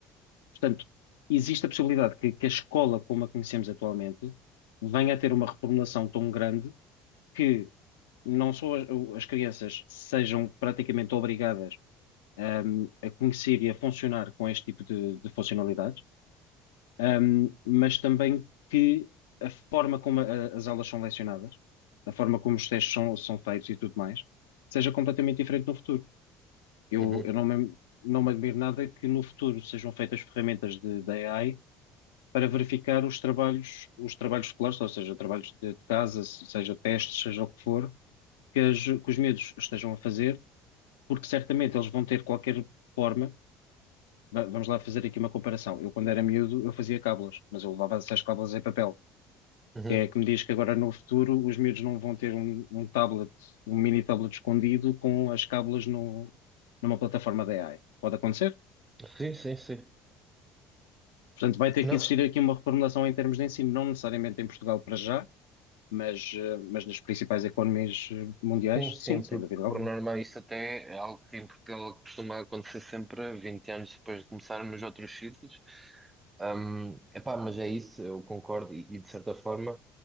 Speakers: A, on the left (about 80°); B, on the right (about 20°).
A: Portanto, existe a possibilidade que, que a escola, como a conhecemos atualmente, venha a ter uma reformulação tão grande que não só as, as crianças sejam praticamente obrigadas, ahm, a conhecer e a funcionar com este tipo de de funcionalidades Um, mas também que a forma como a- as aulas são lecionadas, a forma como os testes são, são feitos e tudo mais, seja completamente diferente no futuro. Eu,
B: uhum,
A: eu não me, não me admiro nada que no futuro sejam feitas ferramentas de, da AI para verificar os trabalhos, os trabalhos escolares, ou seja, trabalhos de casa, se- seja testes, seja o que for, que, as- que os miúdos estejam a fazer, porque certamente eles vão ter qualquer forma. Va- Vamos lá fazer aqui uma comparação. Eu, quando era miúdo, eu fazia cábulas, mas eu levava essas cábulas em papel.
B: uhum.
A: Quem é que me diz que agora no futuro os miúdos não vão ter um, um tablet, um mini tablet escondido com as cábulas no, numa plataforma da AI? Pode acontecer.
B: Sim, sim, sim.
A: Portanto, vai ter
B: Não,
A: que existir aqui uma reformulação em termos de ensino, não necessariamente em Portugal para já, mas, eh, mas nas principais economias eh, mundiais,
B: sim, sempre.
A: sim, sem dúvida
B: Por
A: alguma.
B: por norma, isso até é algo que em Portugal costuma acontecer sempre 20 anos depois de começar nos outros sítios. Hum, epá, mas é isso, eu concordo, e, e de certa forma,